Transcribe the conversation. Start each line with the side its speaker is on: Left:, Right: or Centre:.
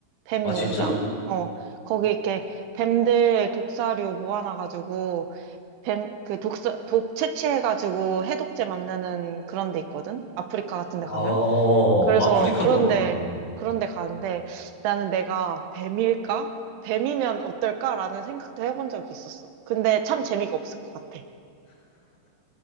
Right: 뱀
Left: 아,
Right: 농장.
Left: 진짜?
Right: 어, 거기 이렇게 뱀들 독사류 모아놔가지고, 뱀, 그 독사, 독 채취해가지고 해독제 만드는 그런 데 있거든? 아프리카 같은
Left: 아,
Right: 데
Left: 어,
Right: 가면? 그래서
Left: 아프리카도
Right: 그런데,
Left: 왔구나. 음.
Right: 그런데 가는데 나는 내가 뱀일까? 뱀이면 어떨까라는 생각도 해본 적이 있었어. 근데 참 재미가 없을 것 같아.